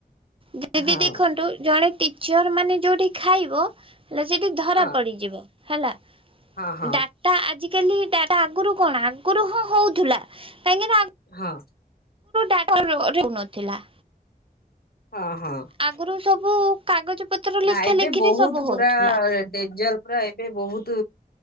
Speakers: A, on the right; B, on the left.
A: ଦିଦି
B: ହଁ
A: ଦେଖନ୍ତୁ ଜଣେ ଟି ଚିର ମାନେ ଯୋଉଠି ଖାଇବ ହେଲେ ସେଠି ଧରା
B: ହଁ
A: ପଡିଯିବ ହେଲା
B: ହଁ ହଁ
A: ଡା ତା ଆଜିକାଲି ଡ଼ାଟା ଆଗରୁ କଣ ଆଗରୁ ହଁ ହଉଥିଲା କାହିଁକି ନା
B: ହଁ।
A: ଆଗୁରୁ <inaudible> ରହୁନଥିଲା।
B: ହଁ ହଁ।
A: ଆଗରୁ ସବୁ କାଗଜପତ୍ର ଲେଖା
B: ନା ଏବେ
A: ଲେଖିରେ
B: ବହୁତ
A: ସବୁ
B: ପୁରା
A: ହଉଥିଲା।
B: ଡେଞ୍ଜର ପୁରା ଏବେ ବହୁତୁ